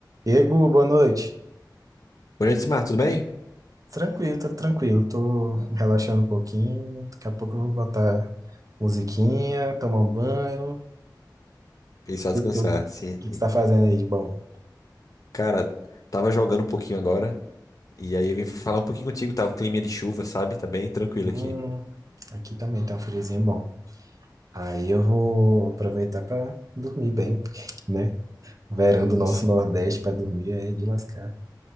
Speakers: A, on the right; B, on the left.
A: Ego, boa noite.
B: Boa noite, Simar, tudo bem?
A: Tranquilo, tô tranquilo. Tô relaxando um pouquinho. Daqui a pouco eu vou botar musiquinha, tomar um banho.
B: E só descansar,
A: E tu? O
B: sim,
A: que
B: sim.
A: que você tá fazendo aí de bom?
B: Cara, tava jogando um pouquinho agora, e aí eu vim falar um pouquinho contigo, tá? Um clima de chuva, sabe? Tá bem tranquilo
A: Hum,
B: aqui.
A: aqui também tá um friozinho bom. Aí eu vou aproveitar pra dormir bem, <laughs> porque, né? Verão do nosso
B: Sim.
A: Nordeste pra dormir é de lascar.